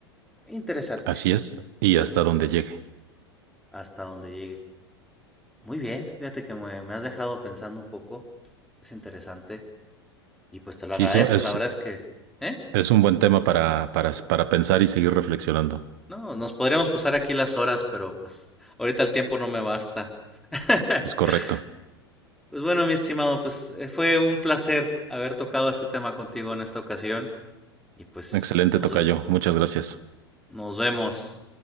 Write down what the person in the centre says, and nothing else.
Interesante,
interesante,
hasta donde llegue. Muy bien, fíjate que me, me has dejado pensando un poco. Es interesante. Y pues te lo
agradezco,
la verdad es que, ¿eh?
No, nos podríamos pasar aquí las horas, pero pues ahorita el tiempo no me basta. <laughs>
Pues bueno, mi estimado, pues eh, fue un placer haber tocado este tema contigo en esta ocasión. Y pues
nos,
ve-
nos vemos.